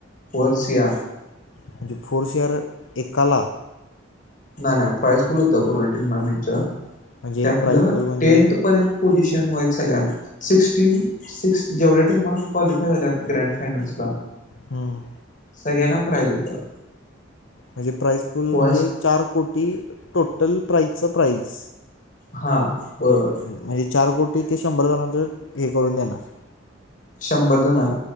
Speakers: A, on the left; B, on the left.
A: फोर सी आर
B: म्हणजे फोरसिअर एक कला
A: नाही नाही प्राईजफुल होत पूर्ण टुर्नामेंटच
B: म्हणजे
A: त्यातलं
B: प्राईज पूल म्हणजे
A: टेनथ पर्यंत पझिशन व सगळ्या सिक्टीन. सिक्स् जेवढ्या टेमला क्वालिफाय झाल्यात ग्रँड फायनल्स ला
B: हम.
A: सगळ्यांना प्राज होतं.
B: म्हणजे प्राईस फुल
A: फर्स्ट
B: म्हणजे चार कोटी टोटल प्राइजच प्राईज
A: हा बरोबर
B: म्हणजे चार कोटी ते शंभर जणांच हे करून देणार
A: शंभर जण आहे